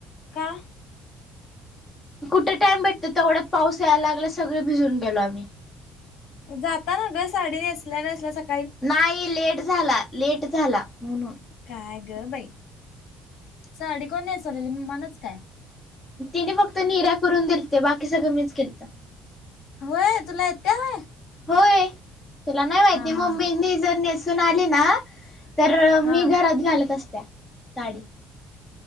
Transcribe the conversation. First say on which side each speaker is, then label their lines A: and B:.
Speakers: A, on the left; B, on the left.
A: का?
B: कुठे टाइम भेटतो तेवढ्यात पाऊस यायला लागला सगळे भिजून गेलो आम्ही
A: जाता ना ग साडी नेसल्या नेसल्या स
B: नाही लेट झाला लेट झाला म्हणून,
A: काय ग बाई, साडी कोण नेसवलेली मम्मानंच काय?
B: तिने फक्त निऱ्या करून दिलत्या बाकी सगळं मीच केलतं
A: व्हय तुला येतय व्हय?
B: होय तुला नाही माहिती मम्मीनी
A: हा
B: जर नेसून आली ना तर मी
A: हा
B: घरात घालत असत्या साडी